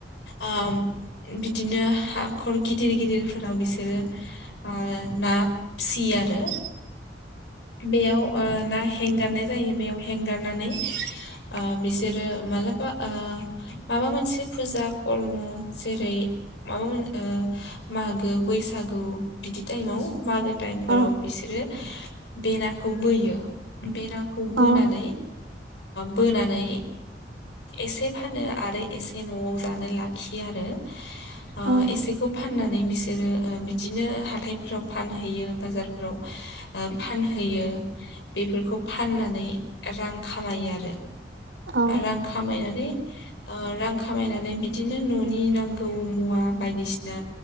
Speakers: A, on the left; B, on the right.
A: ओ बिदिनो हाखर गिदिर गिदिरफोराव बिसोरो ओ ना फिसियो आरो
B: <inaudible>
A: बेयाव ओ ना हेंगारनाय जायो बेयाव हेंगारनानै
B: <inaudible>
A: ओ बिसोरो मालाबा माबा मोनसे फुजा खर्म' जेरै माबा मोन ओ मागो, बैसागु बिदि टाइमाव मागो टाइमफोराव
B: औ
A: बिसोरो बेनाखौ बोयो बेना खौ बोनानै
B: औ
A: बोनानै एसे फानो आरो एसे न'आव जानो लाखियो आरो
B: <inaudible>
A: आ
B: औ
A: एसेखौ फाननानै बिसोरो ओ बिदिनो हाथायफोराव फानहैयो बाजारफोराव फान होयो बेफोरखौ फाननानै रां खामायो आरो
B: औ
A: रां खामायनानै रां खामायनानै बिदिनो न'नि नांगौ मुवा बायदिसिना